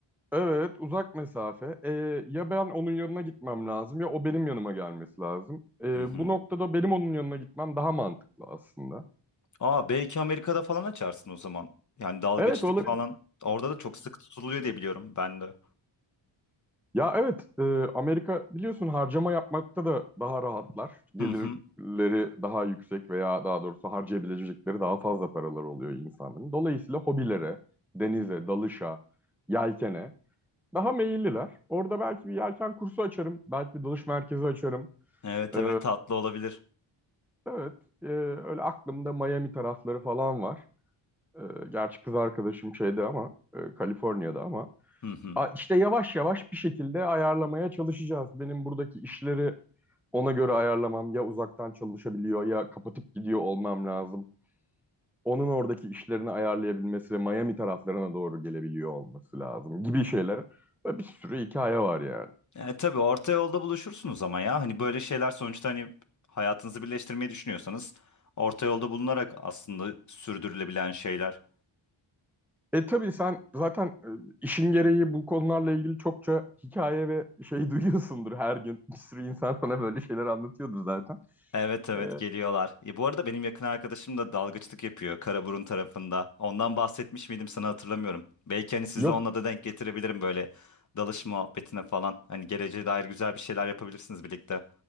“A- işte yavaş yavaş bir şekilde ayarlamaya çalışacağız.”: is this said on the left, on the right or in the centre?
Centre